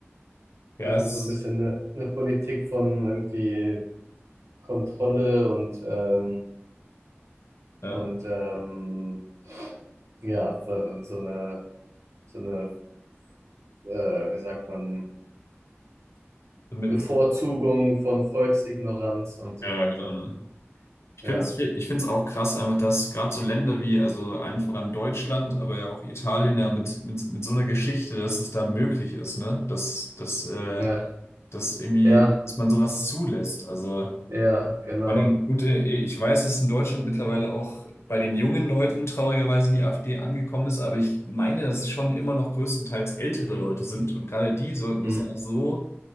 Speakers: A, on the left; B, on the right.
A: ja
B: Also
A: es,
B: so ein bisschen eine, eine Politik von irgendwie Kontrolle und, ähm,
A: ja,
B: und ähm, ja, so so eine, so eine, äh, wie sagt man,
A: damit-
B: Bevorzugung
A: so-
B: von Volksignoranz und so
A: Ja,
B: weiter.
A: genau, ne? Ich
B: Ja,
A: finde es ich find's auch krass, einfach, dass gerade so Länder wie, also allen voran Deutschland, aber ja auch Italien, ja, mit, mit, mit so einer Geschichte, dass es da möglich ist, ne? Dass, dass, äh,
B: ja,
A: dass irgendwie,
B: ja,
A: dass man sowas zulässt. Also,
B: ja, genau.
A: vor allem, gut, äh, ich weiß, dass in Deutschland mittlerweile auch bei den jungen Leuten traurigerweise die AfD angekommen ist, aber ich meine, dass es schon immer noch größtenteils ältere Leute sind und gerade die sollten
B: Hm.
A: das ja noch so